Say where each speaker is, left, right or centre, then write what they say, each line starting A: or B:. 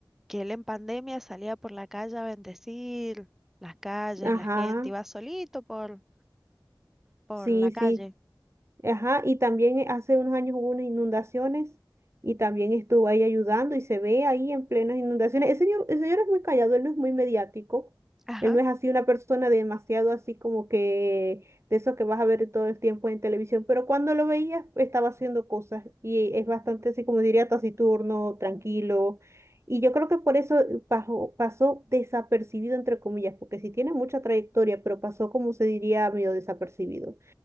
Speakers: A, in the centre; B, on the right (about 35°).
A: que él en pandemia salía por la calle a bendecir las calles,
B: Ajá,
A: la gente, iba solito por, por
B: sí,
A: la calle.
B: sí. Ajá, y también eh, hace unos años hubo unas inundaciones y también estuvo ahí ayudando y se ve ahí en plenas inundaciones. El señor, el señor es muy callado, él no es muy mediático,
A: Ajá,
B: él no es así una persona demasiado así como que de eso que vas a ver todo el tiempo en televisión, pero cuando lo veías estaba haciendo cosas y es bastante así como diría taciturno, tranquilo. Y yo creo que por eso eh, pasó, pasó desapercibido, entre comillas, porque si tiene mucha trayectoria, pero pasó como se diría medio desapercibido